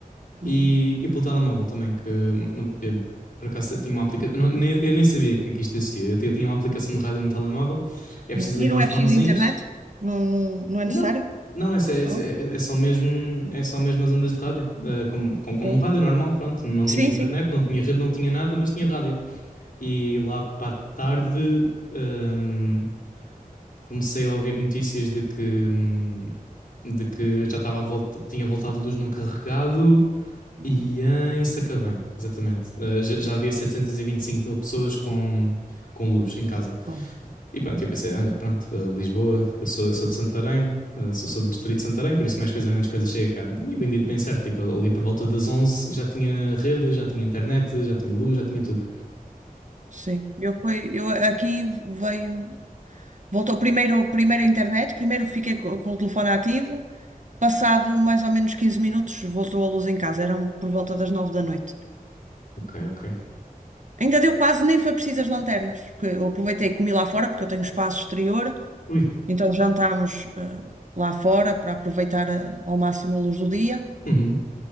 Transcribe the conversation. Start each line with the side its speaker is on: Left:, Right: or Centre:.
Right: Uhum.
Left: e, e pelo telemóvel também, que hum, eu, por acaso tinha uma aplicação. Eu, não- nem- eu nem sabia que, que isto existia. Eu, tinha- tinha uma aplicação de rádio no telemóvel, é preciso
Right: É. E
Left: ligar
Right: não
Left: uns
Right: é
Left: fonezinhos
Right: preciso internet? Não, não, não é
Left: Não,
Right: necessário?
Left: não, essa- essa-
Right: Não?
Left: é, só- é, só mesmo, é só mesmo as ondas de rádio. Eh, como, como, como
Right: Boa.
Left: rádio normal, pronto. Não
Right: Sim,
Left: tinha internet,
Right: sim.
Left: não tinha rede, não tinha nada, mas tinha rádio. E lá para a tarde, ahm, comecei a ouvir notícias de que, hum, de que já estava a volta, tinha voltado luz no carregado
Right: Uhum.
Left: e em Sacavém, exatamente. Eh, já, já havia setecentos e vinte e cinco mil pessoas com, com luz em casa.
Right: Bom.
Left: E pronto, eu pensei, olha, pronto, eh, Lisboa, eu sou, eu sou de Santarém, eh, sou, sou do distrito de Santarém, por isso mais coisa menos coisa chega cá. E bendito bem certo, tipo, ali por volta das 11 já tinha rede, já tinha internet, já tinha luz, já tinha tudo.
Right: Sim, eu foi, eu aqui veio, voltou primeiro, primeiro a internet, primeiro fiquei co- com, o telefone ativo, passado mais ou menos 15 minutos voltou a luz em casa, eram por volta das 9 da noite.
Left: Ok, ok.
Right: Ainda deu quase, nem foi preciso as lanternas, que eu aproveitei e comi lá fora, porque eu tenho espaço exterior,
Left: Ui.
Right: então jantámos eh, lá fora para aproveitar eh, ao máximo a luz do dia,
Left: Uhum.